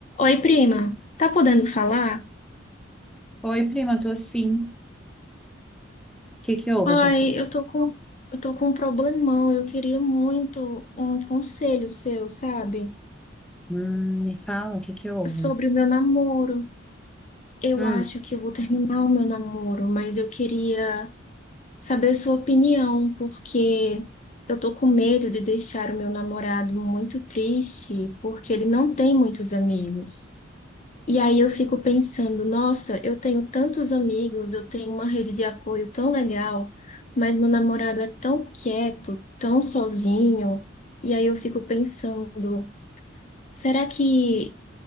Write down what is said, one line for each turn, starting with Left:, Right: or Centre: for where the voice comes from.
Left: Oi, prima, tá podendo falar?
Centre: Oi, prima, tô sim. O que que houve?
Left: Ai,
Centre: Aconteceu?
Left: eu tô com, eu tô com um problemão. Eu queria muito um conselho seu, sabe?
Centre: Hum, me fala, o que que houve?
Left: Sobre o meu namoro. Eu
Centre: Hum.
Left: acho que eu vou terminar o meu namoro, mas eu queria saber sua opinião, porque eu tô com medo de deixar o meu namorado muito triste, porque ele não tem muitos amigos. E aí eu fico pensando, nossa, eu tenho tantos amigos, eu tenho uma rede de apoio tão legal, mas meu namorado é tão quieto, tão sozinho. E aí eu fico pensando, será que